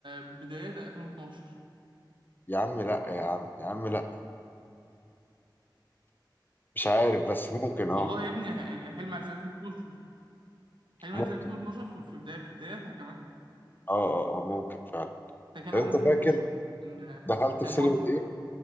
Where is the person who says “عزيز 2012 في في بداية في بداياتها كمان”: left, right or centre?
Right